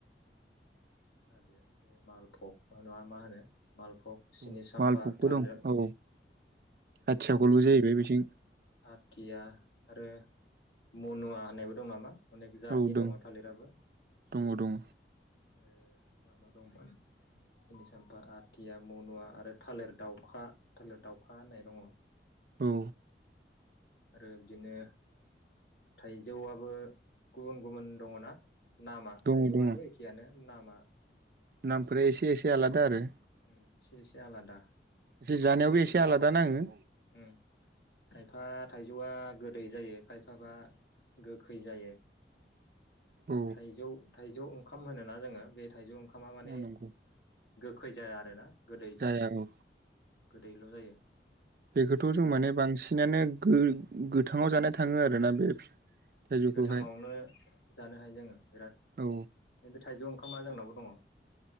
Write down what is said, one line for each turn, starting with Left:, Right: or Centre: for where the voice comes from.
Left: थालिया बे मालभग ना मा होनो मालभग सिनि
Right: औ
Left: साम्फा
Right: मालभगबो
Left: थालिर
Right: दं औ आथियाखलबो
Left: सिनि साम
Right: जाहैबाय बिथिं
Left: आथिया आरो मनुवा होननायबो दं नामा? अनेक जातनि
Right: औ दं
Left: दङ थालिराबो
Right: दङ दङ
Left: आरो। मा मा दंमोन। सिनि साम्फा आथिया मनु आरो थालिर दाउखा थालिर दाउखा होननाय दङ।
Right: औ।
Left: आरो बिदिनो थाइजौआबो गुबुन गुबुन दङ ना। नामा
Right: दङ
Left: थाइजौथ'
Right: दङ
Left: एखेयानो नामा।
Right: नामफोरा एसे एसे आलादा आरो।
Left: एसे एसे आलादा।
Right: एसे जानायावबो एसे आलादा नाङो।
Left: उम। खायफा थाइजौआ गोदै जायो खायफाबा गोखै जायो।
Right: औ
Left: थाइजौ थाइजौ ओंखाम होनोना जोङो बे थाइजौ ओंखामा माने
Right: औ नंगौ
Left: गोखै जाया आरोना गोदै
Right: जाया औ
Left: गोदैल' जायो।
Right: बेखौथ'
Left: बेखौ
Right: जों माने बांसिनानो गो-गोथाङाव जानाय थाङो आरोना बे थाइजौखौहाय
Left: गोथाङावनो जानो हायो जोङो बिराद
Right: औ
Left: बेफ्राय थायजौ ओंखामा जोंनावबो दङ।